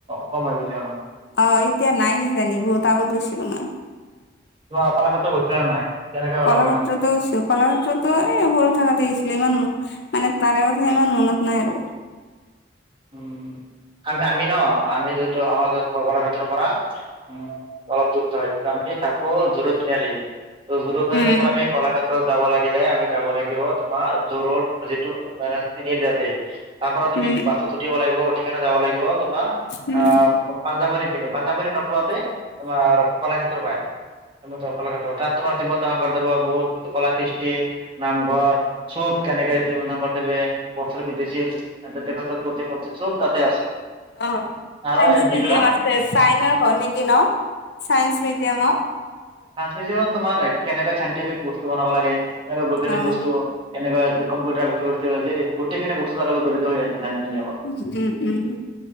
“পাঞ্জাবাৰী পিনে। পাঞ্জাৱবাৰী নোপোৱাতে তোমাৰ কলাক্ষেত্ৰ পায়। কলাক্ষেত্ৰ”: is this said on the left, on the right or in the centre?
Right